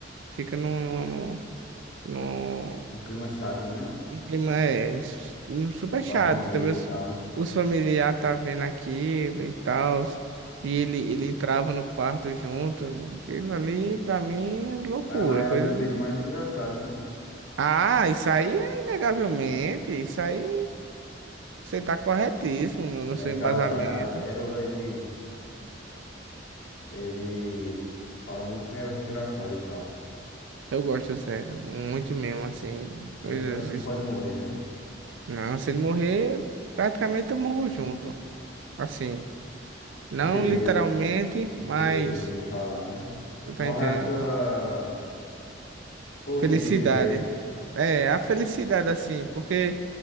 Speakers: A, on the right (about 80°); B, on the left (about 85°).
A: Fica num, num, num, num
B: Um clima chato, né?
A: um clima é, s- um super
B: Pra
A: chato.
B: família
A: Também os,
B: e tal.
A: os familiares tá vendo aquilo e tal, e ele, ele entrava no quarto junto. né? Aquilo ali, pra mim, é loucura,
B: Mas, mas é
A: coisa.
B: um dos vídeos mais engraçados, né?
A: Ah, isso aí é inegavelmente, isso aí você tá corretíssimo no no
B: Zeca
A: seu embasamento.
B: é a pérola, ele, ele fala muito negócio engraçado e tal.
A: Eu gosto do Zeca, muito mesmo, assim. Coisas.
B: Zeca não
A: es-
B: pode morrer, né?
A: Não, se ele morrer, praticamente eu morro junto. Assim, não
B: Entendeu?
A: literalmente,
B: Entendeu
A: mas.
B: o que tu quis falar, né?
A: Tu tá
B: Morre
A: entendendo?
B: a tua força
A: Felicidade.
B: de viver,
A: É, a felicidade, assim, porque